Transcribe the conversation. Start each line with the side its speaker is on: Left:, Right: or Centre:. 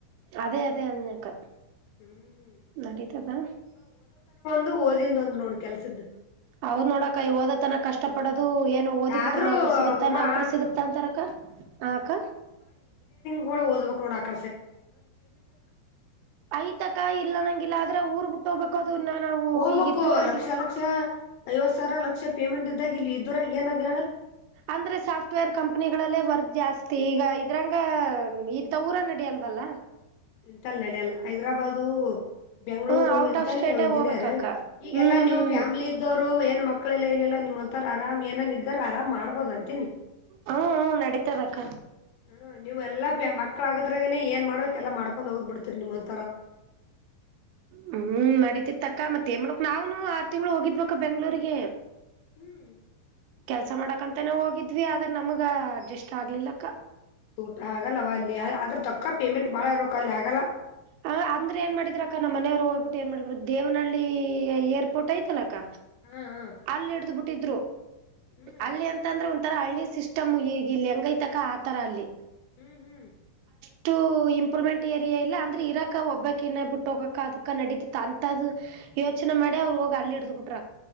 Right: ಅದೇ ಅದೇ ಅನ್ನಕ
Left: ಹ್ಮ್
Right: ನಡೀತದಾ
Left: ದು ಓದಿಂದ ಒಂದು ನೋಡು ಕೆಲ್ಸದ್ದು
Right: ಅವ್ ನೋಡಕೈ ಓದ ತನ ಕಷ್ಟ ಪಡೋದು ಅದು ಏನು ಓದಿ
Left: ಆದ್ರೂ
Right: ಬಿಟ್ರ ನೌಕ್ರ ಸಿಗುತ್ತಾ
Left: ಉಮಾ
Right: ನೌಕ್ರ ಸಿಗುತ್ತಾ ಅಂತಾರಕ್ಕ ಆ ಅಕ್ಕ
Left: ಕೂ ಓದ್ಬೇಕ ನೋಡ ಆಕ
Right: ಐತಕ ಇಲ್ಲ ನಂಗಿಲ್ಲ ಆದ್ರೆ ಊರ್ ಬಿಟ್ಟು ಹೋಗ್ಬೇಕು ಅದನ್ನ ನಾವು
Left: ಹೋಗ್ಬೇಕು
Right: ಈಗ ಇದ್ದೂರಾಗಿ
Left: ಲಕ್ಷ ಲಕ್ಷ ಐವತ್ ಸಾವಿರ ಲಕ್ಷ ಪೇಮೆಂಟ್ ಇದ್ದಾಗಿಲ್ಲಿ ದೂರಾಗಿ ಏನಾದ ಹೇಳ
Right: ಅಂದ್ರೆ ಸಾಫ್ಟರ್ ಕಂಪನಿಗಳಲ್ಲೇ ವರ್ಕ್ ಜಾಸ್ತಿ ಈಗ ಇದ್ರಂಗ ಇತ್ತ ಊರಲ್ಲಿ ನಡಿಯಲ್ಲ ವಲ್ಲ
Left: ಇಂತಲ್ಲ ನಡಿಲ್ಲ ಹೈದ್ರಾಬಾದು ಬೆಂಗ್ಗಳೂರು
Right: ಹ್ಮ ಔಟ್
Left: ಇಂತಲ್ಲಿ
Right: ಆಫ್ ಸ್ಟೇಟೇ
Left: ಇಂಜಿನಿಯರ್
Right: ಹೋಗ್ಬೇಕಕ್ಕ
Left: ಈಗೆಲ್ಲಾ
Right: ಹ್ಮ್
Left: ನೀವು್
Right: ಹ್ಮ್
Left: ಫ್ಯಾಮಿಲಿ ಇದ್ದವ್ರು ಏನ್ ಮಕ್ಕಳಲ್ಲ ಏನೆಲ್ಲ ನಿಮ್ ಒಂಥರ ಆರಾಮ್ ಏನನ್ ಇದ್ದಾರ ಆರಾಮ್ ಮಾಡ್ಬೋದ ಅಂತೇನಿ
Right: ಹ್ಮ್ ಹ್ಮ್ ನಡಿತಾದಕ್ಕ
Left: ಹ್ಮ್ ನೀವ್ ಎಲ್ಲ ಮಕ್ಳ ಆಗದ್ರಾಗನ ಏನ್ ಮಾಡ್ಬೇಕಕ್ ಎಲ್ಲ ಮಾಡ್ಕೊಂಡ್ ಹೋಗದ್ ಬಿಡ್ತರಿ ನಿಮ್ಮಂತ
Right: ಹ್ಮ್ ನಡೀತಿ ತಕ್ಕ ಮತ್ತೆ ತೇಮಡಕ್ ನಾವುನು ಆರು ತಿಂಗ್ಳ ಹೋಗಿದ್ಬೇಕ ಬೆಂಗ್ಳೂರಿಗೆ
Left: ಹ್ಮ್
Right: ಕೆಲ್ಸ ಮಾಡಕಂತನ ಹೋಗಿದ್ವಿ ಆದ್ರೆ ನಮಗ ಅಡ್ಜಸ್ಟ್ ಆಗ್ಲಿಲ್ಲಕ್ಕ
Left: ತೂಟ್ ಆಗಲ್ಲವ ಅಲ್ಲಿ ಅದ್ರ ತೊಕ್ಕ ಪೇಮೆಂಟ್ ಬಾಳ ಇರ್ಬೇಕ ಅಲ್ಲಿ ಆಗಲ್ಲ
Right: ಹ ಅ್ರ ಏನ್ ಮಾಡಿದ್ರ ಅಕ್ಕ ನಮ್ಮ ಮನವ್ರು ಹೋಗ್ಬಿಟ್ಟು ಏನ್ ಮಾಡ್ಬಿ್ರು ದೇವನಹಳ್ಳಿ ಏರ್ಪೋರ್ಟ್ ಐ್ತಲ್ಲ ಅಕ್ಕ
Left: ಹಾ ಹಾ
Right: ಅಲ್ಲಿ ಹಿಡ್ದು ಬಿಟ್ಟಿದ್ರು
Left: ಹ್ಮ್
Right: ಅಲ್ಲಿ ಅಂತ ಅಂದ್ರೆ ಒ ಆ ತರ ಹಳ್ಳಿ ಸಿಸ್ಟಮ್ ಈಗ ಇಲ್ಲಿ ಹೆಂಗೈಐತಕ ಆ ತರ ಅಲ್ಲಿ
Left: ಹ್ಮ್ ಹ್ಮ್
Right: ಷ್ಟುಇಂಪ್ರೂವ್ಮೆಂಟ್ ಏರಿಯಾ ಇಲ್ಲ ಅ್ರ ಇರಕ ಒಬ್ಬಾಕಿನೇ ಬಿಟ್ಟು ಹೋಗಕ ಅದಕ್ಕ ನಡಿತಿತ್ತ ಅಂತದ್ ಯೋಚನೆ ಮಾಡಿ ಅವ್ರು ಹೋಗಿ ಅಲ್ಲಿ ಹಿಡ್ದು ಬಿಟ್ರ